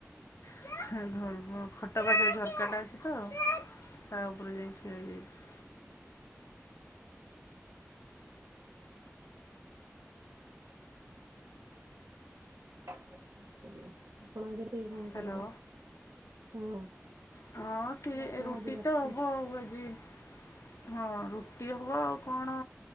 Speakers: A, on the left; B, on the right.
A: <unintelligible> ଟ ପାଖେରେ ଝରକାଟା ଅଛିତ ତା ଉପରେ ଯାଇିଁକି ଠିଆହେଇଯାଇଚି।
B: ହୁଁ ଆଉ କଣ ଆପଣ ଆଗରେ <inaudible>
A: ହ୍ୟାଲୋ
B: କରିବେ ହଁ।
A: ହଁ ସି
B: କହିଲେ
A: ଏ
B: ଆପଣ
A: ରୁଟି
B: ଆଜି ରାତିକେ
A: ତ ହବ ଆଉ ଆଜି। ହଁ ରୁଟି ହବ ଆଉ କଣ